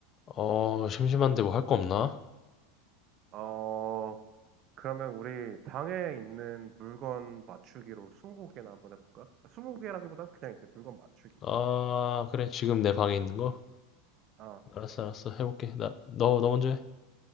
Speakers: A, on the left (about 40°); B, on the right (about 45°).
A: 어, 심심한데 뭐 할 거 없나?
B: 어, 그러면 우리 방에 있는 물건 맞추기로 20개나 한번 해볼까? 20개라기보다 그냥 이제 물건 맞추기.
A: 아, 그래. 지금 내 방에 있는 거?
B: 아,
A: 알았어, 알았어. 해볼게. 나, 너, 너 먼저 해.